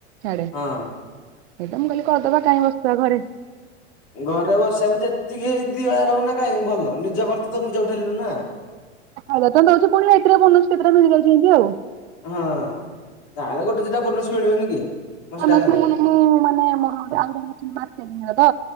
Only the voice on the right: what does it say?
ସାଡେ। ହେତ
ମୁଁ କହିଲି କରିଦବା କାହିଁ ବସିବା ଘରେ।
ଆଜ୍ଞା ତମେ ଦଉଛୁ ପୁଣି ଏଥିରେ ବୋନସ କେତେଟା ମିଳିଯାଉଛି ଏମତି ଆଉ।
ମାନସ
ମୁଁନ ମୁଁ ମାନେ ମୋର ଗୋଟେ ଆଉଗ ଅରେ ତ